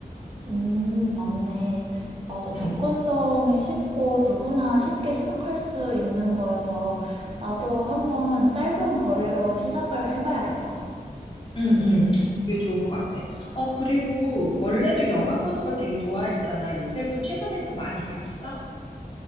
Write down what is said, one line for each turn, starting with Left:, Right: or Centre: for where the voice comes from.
Right: 음, 맞네. 맞아. 접근성이
Left: 응,
Right: 쉽고 누구나 쉽게 시작할 수 있는 거여서 나도 한번 짧은 거리로 시작을 해봐야겠다.
Left: 응, 응. 그게 좋을 것 같아. 어, 그리고 원래도 영화 보는 거 되게 좋아했잖아. 요새도 최근에도 많이 봤어?